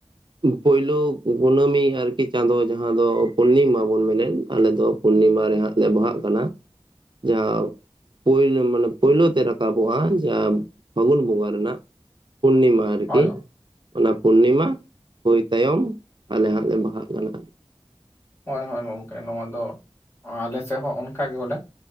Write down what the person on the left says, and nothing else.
ᱦᱳᱭ
ᱦᱚᱭ ᱦᱚᱭ ᱜᱚᱢᱠᱮ ᱱᱚᱣᱟ ᱫᱚ ᱟᱞᱮ ᱥᱮᱫ ᱦᱚᱸ ᱚᱱᱠᱟ ᱜᱮ ᱵᱚᱞᱮ